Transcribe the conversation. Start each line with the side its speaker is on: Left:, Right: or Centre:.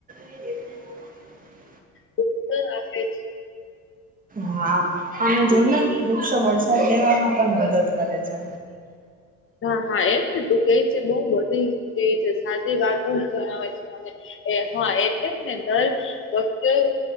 Right: <inaudible>
Left: વૃક્ષો આપે છ
Right: હા અને જો ને વૃક્ષો વરસાદ લેવામાં પણ મદદ કરે છે.
Left: હા હા એજ ને તું કેય છે બોઉ બધી કેવી છે સાચી વાતો જણાવે છે મને એ હ એટલે જ ને દર વકતે